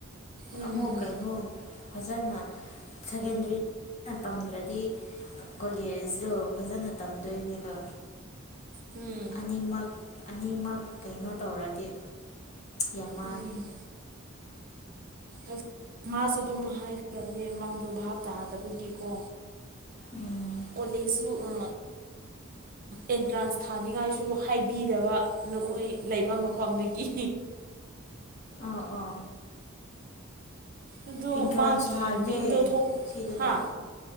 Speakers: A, on the right (about 40°); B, on the left (about 30°).
A: ꯎꯝ
B: ꯑꯃꯨꯛ ꯀꯩꯅꯣ ꯐꯖꯅ ꯁꯦꯀꯦꯟꯗꯔꯤꯅ ꯇꯝꯗ꯭ꯔꯗꯤ ꯀꯣꯂꯦꯖꯇꯣ ꯐꯖꯅ ꯇꯝꯗꯣꯏꯅꯦꯕ
A: ꯍꯝ
B: ꯅꯤꯃꯛ ꯑꯅꯤꯃꯛ ꯀꯩꯅꯣ ꯇꯧꯔꯗꯤ ꯌꯥꯝ ꯃꯥꯡꯉꯤ
A: ꯎꯝ ꯑꯁ ꯃꯥꯁꯨ ꯑꯗꯨꯝ ꯍꯥꯏꯈ꯭ꯔꯕꯅꯦ ꯃꯥꯗꯣ ꯚꯥꯞ ꯇꯥꯗꯕꯒꯤꯀꯣ
B: ꯎꯝ
A: ꯀꯣꯂꯦꯖꯁꯨ ꯑ ꯑꯦꯟꯇ꯭ꯔꯥꯟꯁ ꯊꯥꯅꯤꯡꯉꯥꯏꯁꯨ ꯍꯥꯏꯕꯤꯗꯕ ꯅꯈꯣꯏ ꯂꯩꯕ ꯃꯐꯝꯗꯨꯒꯤ
B: ꯑ ꯑ
A: ꯑꯗꯣ
B: ꯏꯟꯇ꯭ꯔꯥꯟꯁ
A: ꯃꯥꯒꯤ
B: ꯊꯥꯗꯦ
A: ꯃꯤꯡꯗꯣ ꯊꯣꯛ
B: ꯁꯤꯗꯗꯤ
A: ꯍꯥ